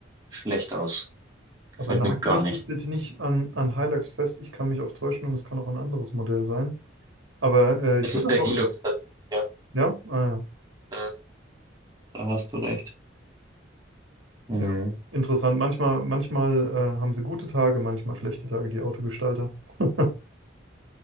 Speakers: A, on the right; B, on the right.
A: schlecht aus. Gefällt
B: Aber nagel
A: mir gar
B: mich
A: nicht.
B: jetzt bitte nicht an, an Hilux fest. Ich kann mich auch täuschen und es kann auch ein anderes Modell sein. Aber äh,
A: Es
B: ich würde
A: ist
B: einfach,
A: der Hilux tatsächlich. Ja,
B: ja, ah, ja,
A: äh, da hast du recht. Mhm.
B: ja, interessant. Manchmal, manchmal äh, haben sie gute Tage, manchmal schlechte Tage, die Autogestalter. <laughs>